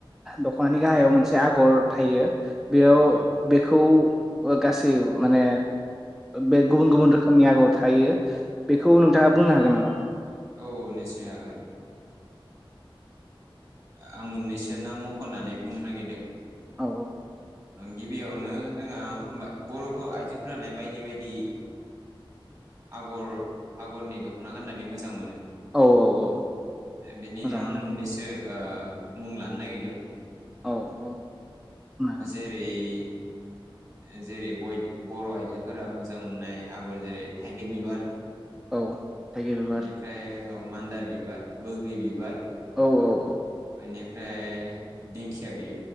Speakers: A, in the centre; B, on the right.
A: दख'नानि गाहायाव
B: आगर
A: मोनसे आगर थायो। बेयाव
B: औ
A: बेखौ गासै माने बे गुबुन गुबुन रोखोमनि आगर थायो बेखौ
B: औ
A: नोंथाङा बुंनो हागोन नामा?
B: औ निसय हागोन आं मोननैसो नाम म खननानै बुंनो नागिरदों
A: औ
B: गिबियावनो जोंहा बर' आइजोफोरालाय बायदि बायदि आगर आगरनि दख'ना गाननानै मोजां मोनो
A: औ औ औ
B: बिनिनो
A: मोजां
B: आं
A: मोनो
B: मोननैसो मुं लानो नागिरदों
A: औ औ बुंनो हागोन
B: जेरै <inaudible> जेरै बर' आइजोफोरा मोजां मोननाय आगर जेरै थाइगिर बिबार बेनिफ्राय
A: औ थाइगिर बिबार
B: औ मान्दार बिबार बोग्रि बिबार
A: औ औ औ
B: बेनिफ्राय दिंखिया बे